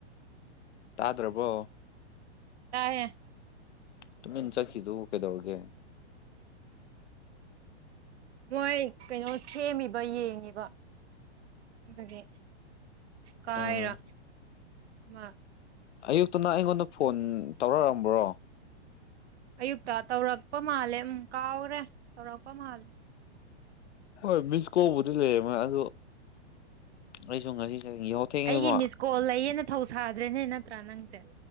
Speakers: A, on the left; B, on the right.
A: ꯇꯥꯗ꯭ꯔꯕꯣ
B: ꯇꯥꯏꯌꯦ
A: ꯇꯃꯤꯟ ꯆꯠꯈꯤꯗꯨꯕꯨ ꯀꯩꯗꯧꯔꯒꯦ
B: ꯃꯣꯏ ꯀꯩꯅꯣ ꯁꯦꯝꯃꯤꯕ ꯌꯦꯡꯉꯤꯕ ꯑꯗꯨꯗꯤ ꯀꯥꯏꯔ
A: ꯑꯥ
B: ꯑꯃ
A: ꯑꯌꯨꯛꯇꯅ ꯅꯪ ꯑꯩꯉꯣꯟꯗ ꯐꯣꯟ ꯇꯧꯔꯛꯑꯝꯕ꯭ꯔꯣ
B: ꯑꯌꯨꯛꯇ ꯇꯧꯔꯛꯄ ꯃꯥꯜꯂꯦ ꯎꯝ ꯀꯥꯎꯈꯔꯦ ꯇꯧꯔꯛꯄ ꯃꯥꯜꯂꯦ
A: ꯍꯣꯏ ꯃꯤꯁ ꯀꯧꯕꯨꯗꯤ ꯂꯩꯔ ꯃꯥ ꯑꯗꯨ ꯑꯩꯁꯨ ꯉꯁꯤ ꯆ ꯌꯥ ꯍꯧ ꯊꯦꯡꯉꯦꯕ
B: ꯑꯩꯒꯤ ꯃꯤꯁ ꯀꯣꯜ ꯂꯩꯌꯦꯅ ꯊꯧ ꯁꯥꯗ꯭ꯔꯦꯅꯦ ꯅꯠꯇ꯭ꯔꯥ ꯅꯪꯁꯦ